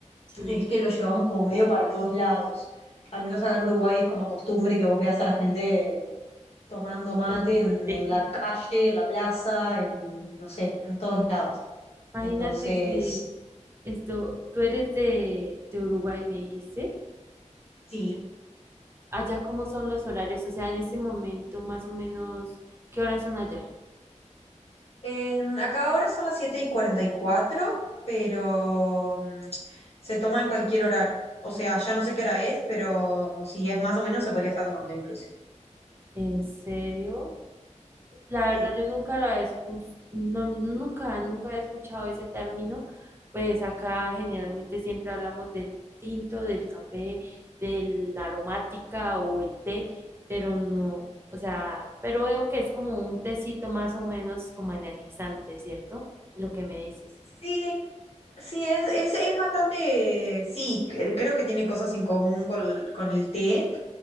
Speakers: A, on the right (about 20°); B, on the left (about 55°).
A: Sí,
B: es que lo llevamos como medio para todos lados. Al menos acá en Uruguay es como costumbre que vos veas a la gente tomando mate
A: con fumarte.
B: en, en la calle, en la plaza, en, no sé, en todos lados.
A: Imagínate
B: Entonces,
A: que esto, tú eres de, de Uruguay, me dijiste.
B: sí.
A: allá cómo son los horarios, o sea, en este momento más o menos, ¿qué horas son allá?
B: Eh, acá ahora son las 7 y 44, pero mm, se toma en cualquier horario. O sea, ya no sé qué hora es, pero si es más o menos se podría estar tomando incluso.
A: ¿En serio? La verdad
B: Sí.
A: yo nunca lo había escu- no, nunca, nunca había escuchado ese término, pues acá generalmente siempre hablamos del tinto, del café, de la aromática o el té, pero no, o sea, pero veo que es como un tecito más o menos como energizante, ¿cierto? Lo que me dices.
B: Sí, Sí, es, es, es bastante, sí, cre- creo que tiene cosas en común con, con el té,